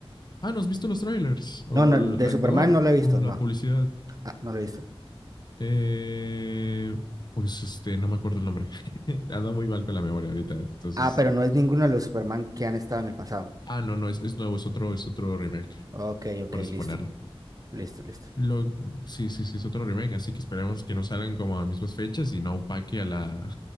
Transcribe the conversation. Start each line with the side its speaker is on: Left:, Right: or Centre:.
Left: Ah, ¿no has visto los trailers? O
Right: No, no,
Left: el
Right: de
Left: actor,
Right: Superman no lo he visto,
Left: o la
Right: no,
Left: publicidad.
Right: ah, no lo he visto.
Left: Eh, pues este, no me acuerdo el nombre. <laughs> Anda muy mal con la memoria ahorita. Entonces,
Right: Ah, pero no es ninguno de los Superman que han estado en el pasado.
Left: ah, no, no, es, es nuevo, es otro, es otro remake,
Right: Ok, ok,
Left: por así
Right: listo,
Left: ponerlo.
Right: listo, listo.
Left: Lo, sí, sí, sí, es otro remake, así que esperemos que no salgan como a mismas fechas y no opaque a la,